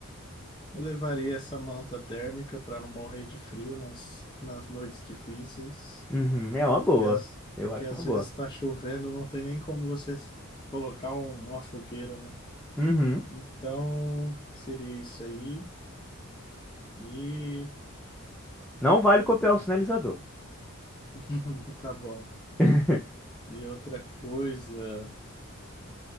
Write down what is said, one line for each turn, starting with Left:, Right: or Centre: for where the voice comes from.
Left: Eu levaria essa manta térmica para não morrer de frio nas, nas noites difíceis,
Centre: Uhum, é uma boa.
Left: que as,
Centre: Eu
Left: porque
Centre: acho
Left: às
Centre: uma boa.
Left: vezes está chovendo, não tem nem como você colocar um- uma fogueira, né?
Centre: Uhum.
Left: Então, seria isso aí. E
Centre: Não vale copiar o sinalizador.
Left: <laughs> tá bom.
Centre: <laughs>
Left: E outra coisa,